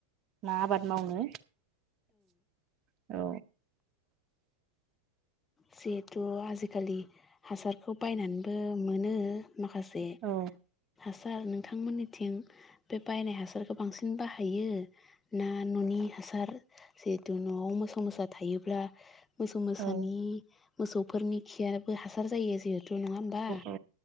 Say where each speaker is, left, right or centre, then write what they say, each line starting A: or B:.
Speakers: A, on the right; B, on the left.
A: मा आबाद मावनो <inaudible> औ
B: जिहेथु आजिखालि हासारखौ बायनानैबो मोनो <unintelligible> माखासे
A: औ
B: हास सार नोंथांमोननिथिं बे बायनाय हासारखौ बांसिन बाहायो ना न'नि हासार जिहेतु न'आव मोसौ मोसा थायोब्ला मोसौ मोसानि
A: औ
B: मोसौफोरनि खियाबो हासार जायो जिहे तु नङा होमबा
A: औ